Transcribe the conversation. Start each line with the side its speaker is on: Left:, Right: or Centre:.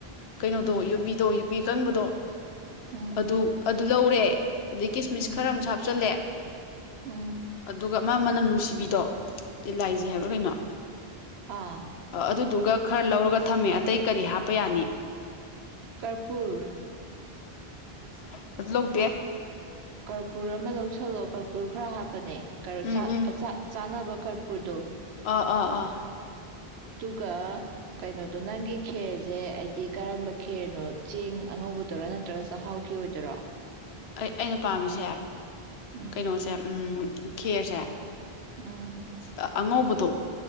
Left: ꯀꯩꯅꯣꯗꯣ
Right: ꯎꯝ
Left: ꯌꯨꯕꯤꯗꯣ ꯌꯨꯕꯤ ꯑꯀꯪꯕꯗꯣ <inaudible>
Right: ꯎꯝ
Left: ꯑꯗꯨ ꯑꯗꯨ ꯂꯧꯔꯦ <inaudible> ꯑꯗꯩꯩ ꯀꯤꯁꯃꯤꯁ
Right: ꯎꯝ
Left: ꯈꯔ ꯑꯃ ꯍꯥꯞ ꯍꯥꯞꯆꯤꯜꯂꯦ
Right: ꯎꯝ
Left: ꯑꯗꯨꯒ ꯑꯃ ꯃꯅꯝ ꯅꯨꯡꯁꯤꯕꯤꯗꯣ ꯑꯦꯂꯥꯏꯖꯤ ꯍꯥꯏꯕ꯭ꯔꯥ ꯀꯩꯅꯣ
Right: ꯑꯥ
Left: ꯑꯗꯨꯗꯨꯒꯥ ꯈꯔ ꯂꯧꯔꯒ ꯊꯝꯃꯦ ꯑꯇꯩ ꯀꯔꯤ ꯍꯥꯞꯄ ꯌꯥꯅꯤ
Right: ꯀꯔꯄꯨꯔ
Left: <inaudible> ꯂꯧꯗꯦ
Right: ꯀꯔꯄꯨꯔ ꯑꯃ ꯂꯧꯁꯜꯂꯣ ꯀꯔꯄꯨꯔ ꯈꯔ ꯍꯥꯞꯄꯅꯦ ꯀꯨꯔ
Left: ꯎꯝ
Right: ꯆꯛ
Left: ꯎꯝ
Right: ꯆꯛ ꯆꯥꯅꯕ ꯀꯔꯄꯨꯔꯗꯣ
Left: ꯑꯥ ꯑꯥ ꯑꯥ
Right: ꯑꯗꯨꯒ ꯀꯩꯅꯣꯗꯣ ꯅꯪꯒꯤ ꯈꯦꯔꯁꯦ ꯍꯥꯏꯗꯤ ꯀꯔꯝꯕ ꯈꯦꯔꯅꯣ ꯆꯦꯡ ꯑꯉꯧꯕꯗꯔꯥ ꯅꯠꯇ꯭ꯔꯒ ꯆꯥꯛꯍꯥꯎꯒꯤ ꯑꯣꯏꯗꯣꯏꯔꯣ
Left: ꯑꯩ ꯑꯩꯅ ꯄꯥꯝꯃꯤꯁꯦ
Right: ꯎꯝ
Left: ꯀꯩꯅꯣꯁꯦ ꯎꯝ ꯈꯦꯔꯁ ꯁꯦ
Right: ꯎꯝ
Left: ꯑꯥ ꯑꯉꯧꯕꯗꯣ